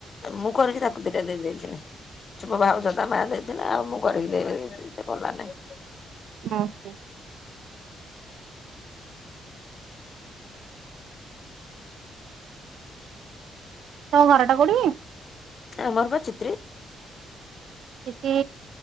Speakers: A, on the left; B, on the right.
A: ମୁଁ କରିକି ତାକୁ ଦିଇଟା ଦେଇ ଦେଇଥିଲି। ଅଛି ମୋ ଭାଉଜ ତା ମା ଦେଇଥିଲା ଆଉ ମୁଁ କରିକି ଦେଇଦେନି ସେ କଲା ନାଇଁ।
B: ଅଁ ହଁ। ତମ ଘରଟା କୋଉଠି କି?
A: ଆମର ପା ଚିତ୍ରି
B: ଚିଠି,